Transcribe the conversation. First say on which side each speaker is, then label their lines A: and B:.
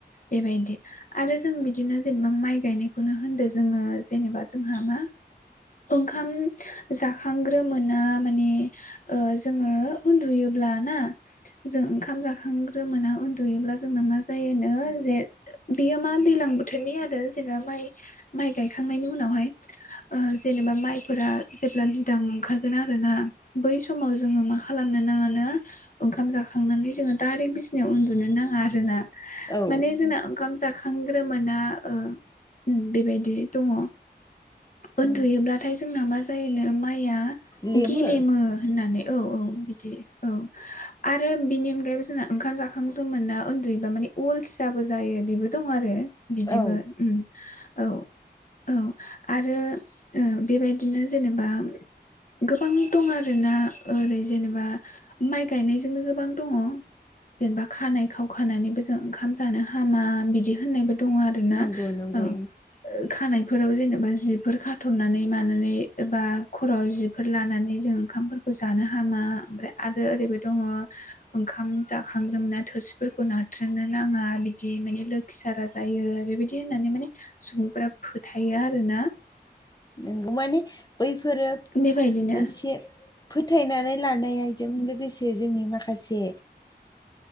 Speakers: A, on the left; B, on the left.
A: बेबायदि आरो जों बिदिनो जेनेबा माइ गायनायखौनो होनदो जोङो जेनेबा जोंहा मा ओंखाम जाखांग्रो मोना माने ओ जोङो उनदुयोब्लाना जों ओंखाम जाखांग्रोमोना उनदुयोब्ला जोंना मा जायोनो जे बियो मा दैलां बोथोरनि आरो जेनेबा माइ माइ गायखांनायनि उनावहाय ओ जेनेबा माइफोरा जेब्ला बिदां ओंखारगोन आरो ना। बै समाव जोङो मा खालामनो नाङानो ओंखाम जाखांनानै जोङो डाइरेक्ट बिसिनायाव उन्दुनो नाङा आरोना
B: औ
A: माने जोंना ओंखाम जाखां खांग्रोमोना ओ उम बेबायदि दङ' उन्दुयोब्ला
B: औ
A: नाथाय जोंना मा जायोनो माइया
B: लेमो
A: गेलेमो होननानै औ औ बिदि औ आरो बेनि अनगायैबो जोंना ओंखाम जाखांग्रोमोना ओनदुयोबा माने अलसियाबो जायो बेबो दं आरो बिदिबो
B: औ
A: उम औ। औ आरो ओ बेबायदिनो जेनेबा गोबां दं आरोना ओरै जेनेबा माइ गायनायजोंनो गोबां दङ' जेनेबा खानाय खाव खानानैबो जों ओंखाम जानो हामा बिदि होननायबो दङ' आरोना
B: नंगौ नंगौ
A: ओं। ओ खानायफोराव जेनेबा जिफोर खाथ'नानै मानानै एबा खर'आव जिफोर लानानै जों ओंखामफोरखौ जानो हामा ओमफ्राय आरो ओरैबो दङ' ओंखाम जाखांग्रोमोना थोरसि फोरखौ नाथ्रोदनो नाङा बिदि माने लोखि सारा जायो बेबायदि होननानै माने सुबुंफोरा फोथायो आरो ना।
B: नोंगौ माने बैफोरो
A: बेबायदिनो
B: मोनसे फोथायनानै लानायजों लोगोसे जोंनि माखासे